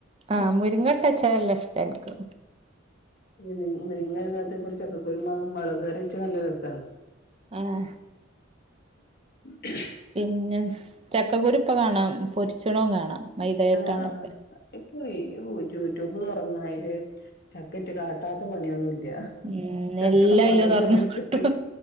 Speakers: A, on the right; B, on the left.
A: ആഹ്
B: ഏഹ്
A: മുരിങ്ങട്ടച്ചല്ല ഇഷ്ടാനിക്ക്
B: മ്മ് മുരിങ്ങില്ലാത്ത ഒരു ചക്കക്കുരമാങ്ങ മുളകറിച്ചാ നല്ല രസാണ്
A: ആഹ്
B: <unintelligible>
A: പിന്നെ ചക്കക്കുരു ഇപ്പൊ കാണാം പൊരിച്ചുണൊ കാണാം മൈദയിട്ടാണ്ടൊക്കെ
B: ആഹ് പോയി യുറ്റു യൂറ്റുബ് തൊറഞ്ഞാല് ചക്കറ്റ് കാട്ടാത്ത പണിയൊന്നുല്ല- ല്ല
A: ഉം
B: ചക്കടെ
A: എല്ലാം
B: മടല്
A: അയില് തൊറന്ന്
B: വരെ എടുത്തിട്ട്
A: കിട്ടും